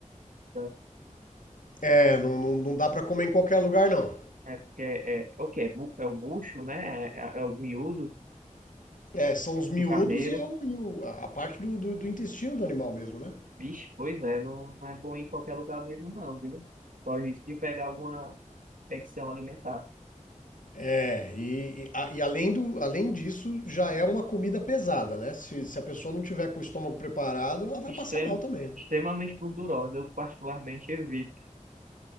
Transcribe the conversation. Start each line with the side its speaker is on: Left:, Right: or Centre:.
Right: tá?
Left: É, não, não, não dá pra comer em qualquer lugar, não.
Right: É porque é, é o quê? É, bu- é o bucho, né? É, é é os miúdos
Left: É, são os miúdos
Right: do carneiro.
Left: e, é o- e o- a a parte do, do- do intestino do animal mesmo, né?
Right: Vixe, pois é, não, não é bom ir em qualquer lugar mesmo, não, viu? Corre o risco de pegar alguma infecção alimentar.
Left: É, e, e a- e além do, além disso, já é uma comida pesada, né? Se, se a pessoa não tiver com o estômago preparado, ela vai
Right: Extremo,
Left: passar mal também, né?
Right: extremamente gordurosa, eu particularmente evito.